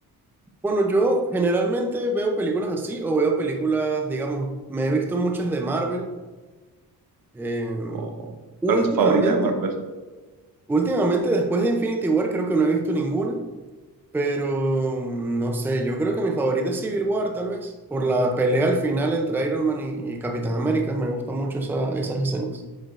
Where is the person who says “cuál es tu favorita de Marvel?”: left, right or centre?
Right